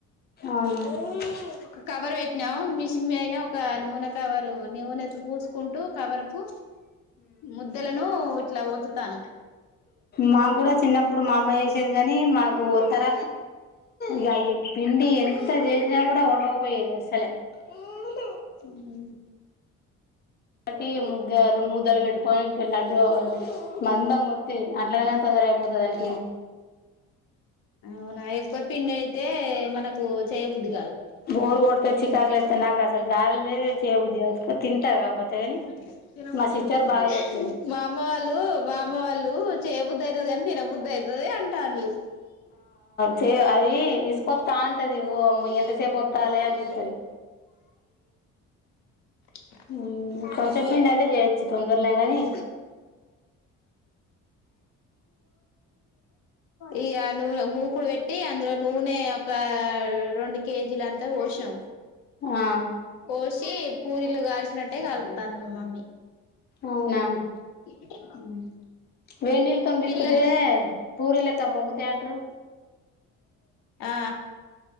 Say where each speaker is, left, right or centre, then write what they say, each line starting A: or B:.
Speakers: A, on the left (about 25°); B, on the left (about 70°).
A: అవునా
B: ఒక కవర్ పెట్టినాము మిషన్ అయినా ఒక నూనె కవరు నూనెత పూసుకుంటూ కవర్ కు ముద్దలను ఇట్లా ఒత్తుతాను
A: మా కూడా చిన్నప్పుడు మా అమ్మ వేసేది కాని మా తర ఇ ఈ పిండి ఎన్ ఇస్త చేసినా కూడా ఓడవపోయేది అసలే ఏ
B: ఉమ్
A: పోటి ముద్ద రెండు ముద్దలు పెట్టుకొని పిల్ల అడ్డు మందం గోతి అట్లాగనే తొందర అయిపోతుందని
B: అవునా ఎక్కువ పిండి అయితే మనకు చేయబుద్ది కాదు
A: బోర్ కొడితే చికాకు లేస్తే నాకసలు గాలో లేకుంటే చేయబుద్ది కాదు తింటా కాకపోతే
B: కు
A: కాని
B: తినబుద్ది
A: మా సిస్టర్
B: అయితండి
A: బాగా చేత్తది
B: బాదం పాలు లో వా వాళ్ళు చేయ బుద్ధి అయితది గానీ తినబుద్ధి అయింది ఓయ్ అంటాళ్ళు
A: చేయ్ అది విసుకొత్తంటది ఓ అమ్మ ఎంతసేపు వోత్తాలె అనిపిత్తది.
B: <inaudible>
A: మ్మ్ కొంచెం పిండి అయితే చేయొచ్చు తొందరనే గాని
B: ఈ ఆ నూ మూకుడు పెట్టి అందులో నూనె ఒక రొండు కేజీలంతా పోసినం
A: ఆ
B: పోసి పూరీలు కాల్చినట్టే కాలుత్తంది మా మమ్మీ.
A: అవునా
B: <inaudible> ఉమ్
A: వేడి నీళ్ళతోని పిసుకుతే
B: పిల్లలు
A: పూరి లెక్క పొంగుతాయి అంటరు
B: ఆ